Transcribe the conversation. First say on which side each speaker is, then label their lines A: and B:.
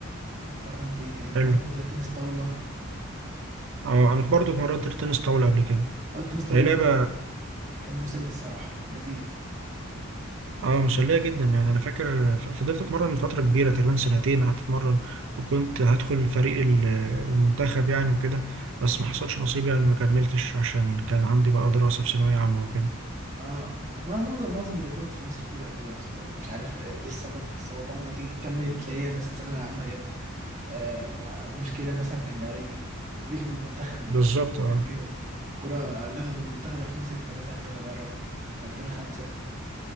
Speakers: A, on the right; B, on the right.
A: اتمرنت إيه تاني اتمرنت
B: حلو
A: تنس طاولة
B: اه أنا برضه اتمرنت تنس طاولة قبل كده
A: أو التنس طاولة
B: هي لعبة
A: كان كان مسلي الصراحة لذيذ
B: اه مسلية جدا يعني أنا فاكر ف- فضلت أتمرن من فترة كبيرة تقريبا سنتين قعدت أتمرن وكنت هدخل فريق ال- المنتخب يعني وكده بس ما حصلش نصيب يعني ما كملتش عشان كان عندي بقى دراسة في ثانوية عامة وكده
A: اه ما معظم معظم الرياضات في مصر بتبقى كده اصلا مش عارف آه، ليه السبب بس هو فعلا انت كملت تلاقيها مثلا ثانويه عامه جت آه مشكله مثلا في النوادي يلغوا المنتخب
B: بالظبط
A: الكوره مثلا
B: اه
A: كده الكوره لغوا المنتخب 2006 مثلا كذا مره 2005